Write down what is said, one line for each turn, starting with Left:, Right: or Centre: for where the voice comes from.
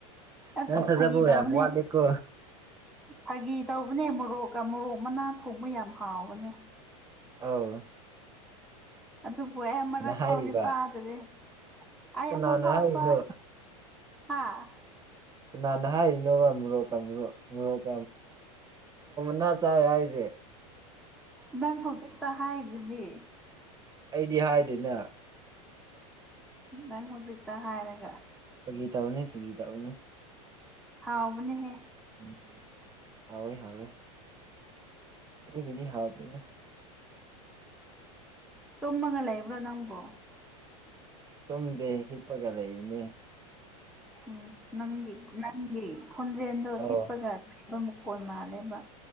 Centre: ꯑꯁ
Right: ꯅꯡ ꯊꯖꯕ
Centre: ꯐꯥꯒꯤ ꯇꯧꯕꯅꯦ
Right: ꯌꯥꯝ ꯋꯠꯂꯦꯀꯣ
Centre: ꯐꯥꯒꯤ ꯇꯧꯕꯅꯦ ꯃꯣꯔꯣꯛ ꯀꯃꯣꯔꯣꯛ ꯃꯅꯥ ꯊꯣꯡꯕ ꯌꯥꯝ ꯍꯥꯎꯕꯅꯦ
Right: ꯑꯥꯎ
Centre: ꯑꯗꯨꯕꯨ ꯑꯩ ꯃꯔꯛ
Right: ꯍꯥꯏꯔꯤꯕ
Centre: ꯐꯥꯎꯗꯤ ꯆꯥꯗꯦ ꯑꯃ
Right: ꯀꯅꯥꯅ
Centre: ꯀꯁ
Right: ꯍꯥꯏꯔꯤꯅꯣ
Centre: ꯍꯥꯥ
Right: ꯀꯅꯅꯥꯍꯥꯏꯅꯔꯣ ꯃꯣꯔꯣꯛ ꯃꯅꯥ ꯆꯔꯤꯔꯣ ꯍꯥꯢꯁꯦ
Centre: ꯅꯪ ꯍꯧꯖꯤꯛꯇ ꯍꯥꯏꯗꯨꯗꯤ
Right: ꯑꯩꯗꯤ ꯍꯥꯏꯗꯣꯏꯅꯦ
Centre: ꯅꯪ ꯍꯧꯖꯤꯛꯇ ꯍꯥꯏꯔꯒ
Right: ꯐꯒꯤꯇꯎꯅꯦ ꯐꯤꯒ ꯇ ꯎꯅꯦ
Centre: ꯍꯥꯎꯕꯅꯦꯍꯦ
Right: ꯎꯝ ꯍꯣꯏ ꯍꯋ ꯏꯗꯤ ꯍꯥꯥꯎꯗꯗꯅ
Centre: ꯇꯨꯝꯃꯒ ꯂꯩꯕ꯭ꯔꯣ ꯅꯪꯕꯨ
Right: ꯇꯝꯗꯦ ꯍꯤꯞꯄꯒꯗ ꯏꯅꯦ
Centre: ꯎꯝ ꯅꯪꯒꯤ ꯅꯪꯒꯤ ꯈꯣꯟꯖꯦꯜꯑꯗꯨꯣ
Right: ꯑꯧ
Centre: ꯍꯤꯄꯒ ꯂꯩꯕ ꯃꯈꯣꯜ ꯃꯥꯟꯂꯦꯕ